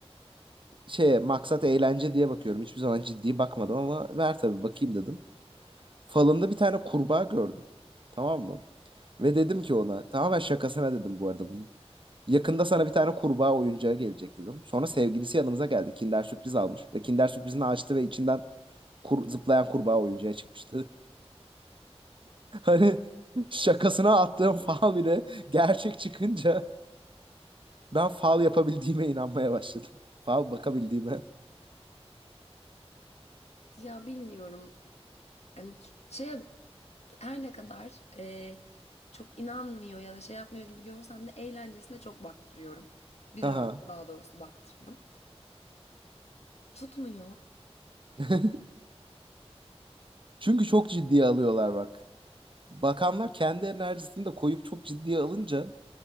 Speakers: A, on the right; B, on the left.
A: şeye maksat eğlence diye bakıyorum. Hiçbir zaman ciddi bakmadım ama ver tabii bakayım dedim. Falında bir tane kurbağa gördüm. Tamam mı? Ve dedim ki ona tamamen şakasına dedim bu arada bunu. Yakında sana bir tane kurbağa oyuncağı gelecek dedim. Sonra sevgilisi yanımıza geldi. Kinder sürpriz almış. Ve Kinder sürprizini açtı ve içinden kur, zıplayan kurbağa oyuncağı çıkmıştı. <laughs> Hani şakasına attığım fal bile gerçek çıkınca ben fal yapabildiğime inanmaya başladım. Fal bakabildiğime.
B: Ya bilmiyorum. Yani ç- şeye her ne kadar e, çok inanmıyor ya da şey yapmıyor gibi görsem de eğlencesine çok baktırıyorum. Bir
A: Aha.
B: dönem daha doğrusu baktırdım. Tutmuyor.
A: <laughs> Çünkü çok ciddiye alıyorlar bak. Bakanlar kendi enerjisini de koyup çok ciddiye alınca